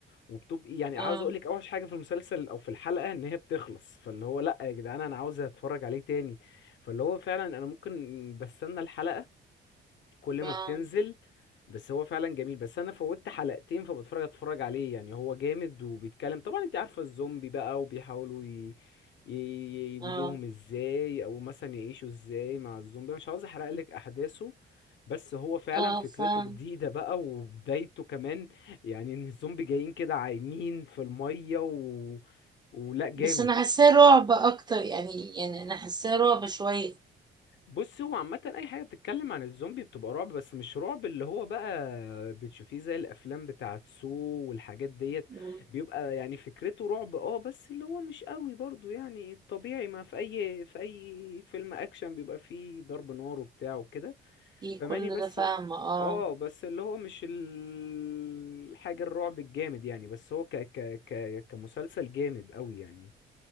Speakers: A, on the left; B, on the right.
A: وبتبقي يعني
B: اه
A: عاوز اقول لك اوحش حاجه في المسلسل او في الحلقه ان هي بتخلص فاللي هو لا يا جدعان انا عاوز اتفرج عليه تاني فاللي هو فعلا انا ممكن بستنى الحلقه كل
B: اه
A: ما بتنزل بس هو فعلا جميل بس انا فوتت حلقتين فبتفرج اتفرج عليه يعني هو جامد وبيتكلم طبعا انت عارفة الزومبي بقى وبيحاولوا ي... ي- يبيدوهم
B: اه
A: ازاي او مثلا يعيشوا ازاي مع الزومبي مش عاوز احرق لك احداثه بس هو فعلا
B: اه
A: فكرته
B: فاهم
A: جديدة بقى وبدايته كمان يعني ان الزومبي جايين كده عايمين في المية و... ولا جامد
B: بس انا حاساه رعب اكتر يعني يعني انا حاساه رعب شويه
A: بص هو عامة أي حاجة بتتكلم عن الزومبي بتبقى رعب بس مش رعب اللي هو بقى بتشوفيه زي الأفلام بتاعت سو والحاجات ديت
B: مم.
A: بيبقى يعني فكرته رعب اه بس اللي هو مش قوي برضو يعني الطبيعي ما في أي في أي فيلم أكشن بيبقى فيه ضرب نار وبتاع وكده
B: في
A: فماني
B: كل
A: بس
B: ده فاهمه اه
A: اه بس اللي هو مش ال- الحاجة الرعب الجامد يعني بس هو ك ك ك كمسلسل جامد قوي يعني